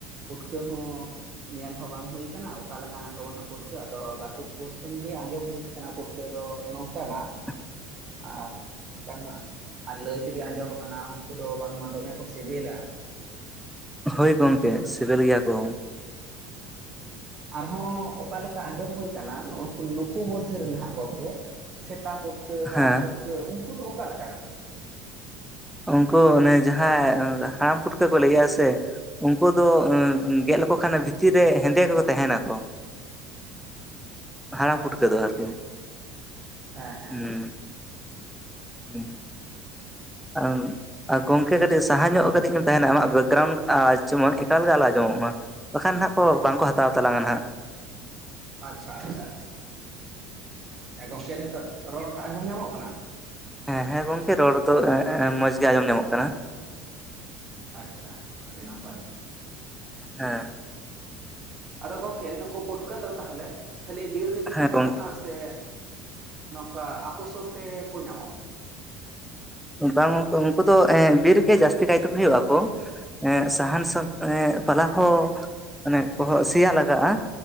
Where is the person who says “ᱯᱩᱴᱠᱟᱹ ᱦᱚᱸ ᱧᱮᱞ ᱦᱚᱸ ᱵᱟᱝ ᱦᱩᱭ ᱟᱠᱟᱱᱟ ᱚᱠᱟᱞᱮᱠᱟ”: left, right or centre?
Right